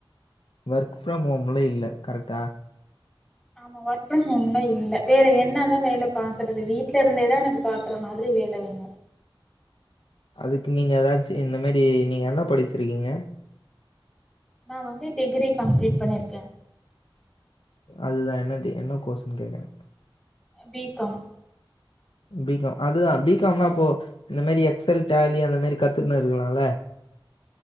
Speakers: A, on the left; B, in the centre.
A: ஒர்க் ஃப்ரம் ஹோம்ல இல்ல கரட்டா
B: ஆமா ஒர்க் ஃப்ரம்ஹோம்ல இல்ல வேற என்னதா வேல பாக்குறது வீ்ட்ல இருந்தேதா எனக்கு பாக்ற மாரி வேல வேணு
A: அதுக்கு நீங்க எதாச்சு இந்த மாரி நீங்க என்ன படிச்சிருக்கீங்க
B: நா வந்து டிகிரி கம்ப்ளீட் பண்ணியிருக்க
A: அதுதா என்னடி என்ன கோஸன்னு கேக்குற
B: பி காம்
A: பி காம் அதுதா பி காம்னா இப்போ இந்த மாரி எக்ஸ் எல் டலி அந்த மாரி கத்துக்குன்னு இருக்கலால்ல